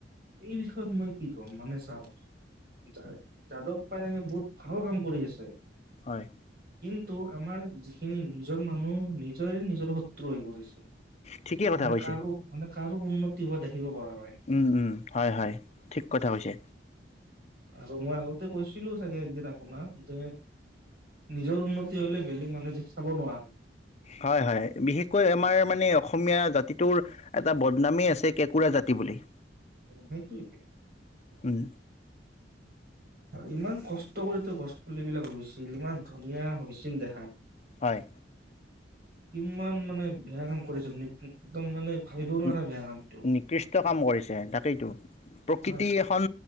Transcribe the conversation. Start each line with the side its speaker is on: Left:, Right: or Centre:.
Right: এই বিষয়ত মই কি ক'ম মানে চাওঁক, যা - যাদৱ পায়ঙে বহুত ভাল কাম কৰি আছে।
Left: হয়
Right: কিন্তু আমাৰ যিখিনি নিজৰ মানুহ নিজৰে নিজৰ শত্ৰু হৈ পৰিছে।
Left: ঠিকেই কথা
Right: মানে
Left: কৈছে
Right: কাৰো মানে কাৰো উন্নতি হোৱা দেখিব পৰা নাই
Left: উম উম। হয় হয়, ঠিক কথা কৈছে।
Right: আৰু মই আগতে কৈছিলো চাগে একদিন আপোনাক যে নিজৰ উন্নতি হলে বেলেগ মানুহৰ দেখি চাব নোৱাৰে।
Left: হয় হয় বিশেষকৈ আমাৰ মানে অসমীয়া জাতিটোৰ এটা বদনামেই আছে কেঁকোৰা জাতি বুলি।
Right: সেইটোৱে।
Left: উম।
Right: আৰু ইমান কষ্ট কৰিতো গছ পুলিবিলাক ৰুইছিল, ইমান ধুনীয়া হৈছিল দেখাত ।
Left: হয়।
Right: কিমান মানে বেয়া কাম কৰিছে <unintelligible> একদম মানে ভাবিব নোৱাৰা
Left: নি
Right: বেয়া কামটো
Left: - নিকৃষ্ট কাম কৰিছে তাকেইটো। প্ৰকৃতি
Right: হয়
Left: এখন